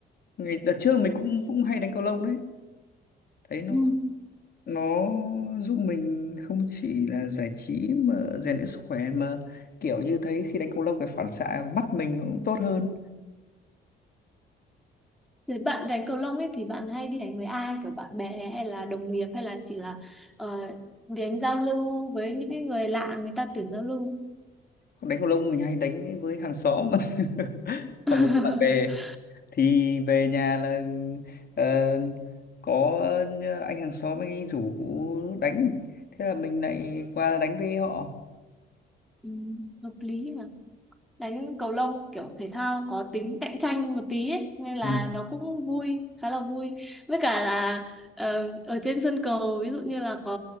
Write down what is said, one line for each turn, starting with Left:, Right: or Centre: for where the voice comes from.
Left: ngày đợt trước mình cũng cũng hay đánh cầu lông đấy thấy nó
Centre: Ừ.
Left: nó giúp mình không chỉ là giải trí mà rèn luyện sức khỏe mà kiểu như thấy khi đánh cầu lông cái phản xạ của mắt mình nó cũng tốt hơn
Centre: Rồi bạn đánh cầu lông ấy thì bạn hay đi đánh với ai kiểu bạn bè hay là đồng nghiệp hay là chỉ là ờ, đánh giao lưu với những cái người lạ người ta tuyển giao lưu
Left: đánh cầu lông mình hay đánh với hàng xóm <laughs>
Centre: <laughs>
Left: hoặc là bạn bè thì về nhà là ờ, có anh hàng xóm anh ấy rủ đánh thế là mình lại qua đánh với họ
Centre: Ừ. hợp lý đánh cầu lông kiểu thể thao có tính cạnh tranh một tí ấy, nên là
Left: Ừ.
Centre: nó cũng vui khá là vui với cả là ờ, ở trên sân cầu ví dụ như là có